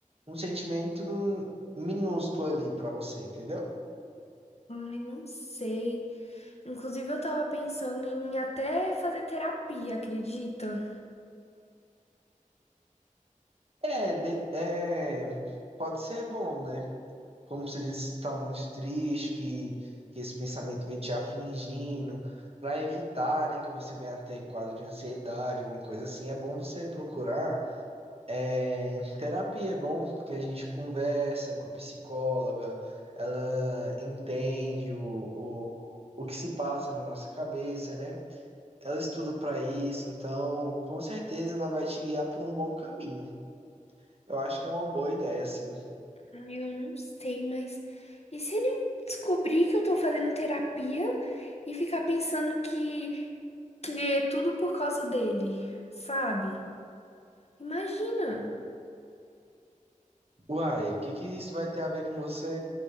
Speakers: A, on the right; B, on the left.
A: um sentimento minúsculo ali pra você, entendeu?
B: Ai, não sei. Inclusive, eu tava pensando em até fazer terapia, acredita?
A: É, de- é, pode ser bom, né? Como você disse, está muito triste, que, que esse pensamento vem te afligindo, para evitar, né, que você venha a ter quadro de ansiedade, alguma coisa assim. É bom você procurar. é, terapia é bom porque a gente conversa com a psicóloga, ela entende o, o, o que se passa na nossa cabeça, né? Ela estuda para isso, então com certeza ela vai te guiar por um bom caminho. Eu acho que é uma boa ideia, assim.
B: Ai, eu não sei, mas. E se ele descobrir que eu tô fazendo terapia e ficar pensando que, que é tudo por causa dele, sabe? Imagina.
A: Uai, o que que isso vai ter a ver com você?